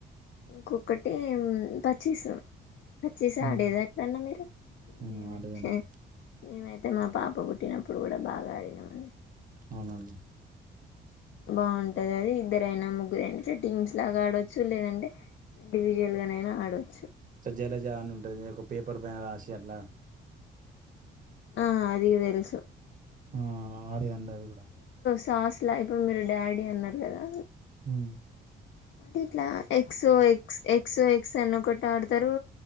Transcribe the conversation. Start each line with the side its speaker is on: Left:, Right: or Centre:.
Left: కొకటి ఏం పచ్చిసు పచ్చిస
Right: హ్మ్.
Left: ఆడేదా ఎప్పుడన్నా మీరు
Right: హ్మ్.
Left: మేమైతే
Right: ఆడేదండి.
Left: మేమైతే మా పాప పుట్టినప్పుడు కూడా బాగా ఆడినాం అండి
Right: అవునండి
Left: బాగుంటది అది ఇద్దరైనా ముగ్గురయినాట్ టీమ్స్ లాగా ఆడొచ్చు లేదంటే ఇండివజువల్ గాననా అడచ్చు
Right: ఇట్లా జలజ అని ఉంటది ఒక పేపర్ పైన రాసి అట్లా
Left: ఆ అది తెలుసు
Right: ఆ ఆడి అందరు కూడా
Left: టాస్ ల ఇప్పుడు మీరు డాడీ అన్నారు కదా
Right: మ్
Left: అంటే ఇట్లా X O X X O X అని ఒకటి ఆడతారు